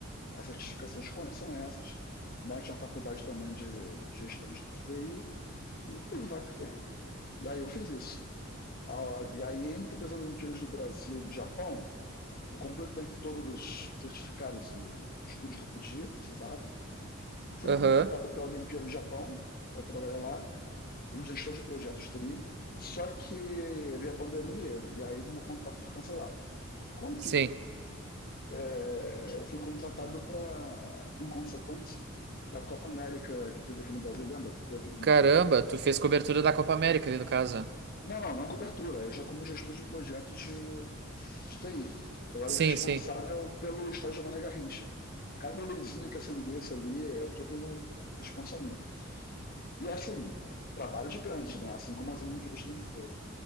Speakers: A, on the left; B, on the right.
A: as certificações são essas, mete uma faculdade também de gestão de TI e vai, E aí eu fiz isso. Ah, E aí, entre as Olimpíadas do Brasil e do Japão, eu completei todos os certificados e estudos que eu podia, precisava. Fui
B: Aham.
A: contratado para a Olimpíada do Japão, para trabalhar lá, como gestor de projetos ali. Só que veio a pandemia e aí meu contrato foi cancelado. Contudo,
B: Sim.
A: é, eu fui contratado para, em consequência, para a Copa América que teve aqui no Brasil, lembra? Que teve.
B: Caramba, tu fez cobertura da Copa América ali no caso.
A: Não, não, não cobertura. Eu já como gestor de projetos de de TI. Eu era
B: Sim,
A: o responsável
B: sim,
A: pelo estágio Mané Garrincha. Cada luzinha que acendesse ali é tudo responsa minha. E assim, trabalho gigante, né? Assim como as Olimpíadas também foram.